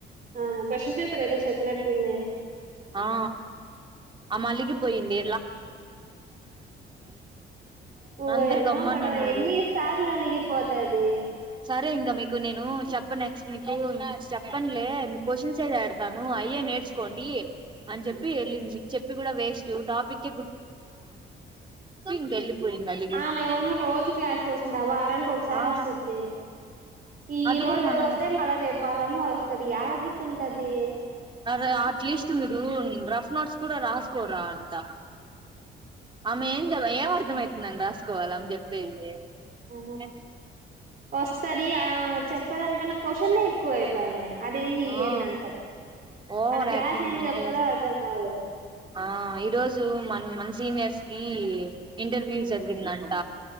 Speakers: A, on the right; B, on the right.
A: ఆ క్వశ్చన్ పేపర్ ఏదో చెప్పినట్టుంది
B: ఆ ఆ మళ్ళకిపోయింది
A: <inaudible> ఓ
B: అందరు
A: అమ్మా
B: గమ్మనున్నారు
A: పడం ఎన్ని సార్లు అలిగిపోతది
B: సరే ఇంకా మీకు నేను చెప్ప నెక్స్ట్ మీకు చెప్పంలే క్వశ్చన్స్ అది ఆడతాను అయ్య నేర్చుకోండి అని చెప్పి ఎల్ చెప్పి కూడా వే ఇ టాపిక్ ఇంక వెళ్ళిపోయింది అలిగి
A: ఆ మేమన్నా రోజు క్లాస్ కు వస్తుంద వారానికి ఒకసారి
B: ఆ
A: వస్తుది ఈ
B: అది
A: రోజు
B: కూడా మనన్న
A: వస్తే మళ్ళ రేపు వారంలో వస్తది ఏడ గుర్తుంటది
B: అరే అట్లీస్ట్ మీరు రఫ్ నోట్స్ కూడా రాస్కోరా అంత ఆమె ఏం ఏం అర్ధమైతే నన్ను రాసుకోవాలి అం చెప్పేయే <inaudible>
A: ఆ వస్తది ఆ చెప్పేదానికన్నా క్వశన్ ఎక్కువ అయిపోయినాయా అదేంటి ఇది
B: ఆ
A: అన్న అంట
B: ఓవర్
A: అడ క్లాస్
B: యాక్టింగ్
A: ఏం
B: అంత
A: చెప్తందో అర్ధం కాదు
B: ఆ ఈరోజు మ మన సీనియర్స్ కి ఇంటర్వ్యూ
A: ఉమ్
B: జరిగిందంట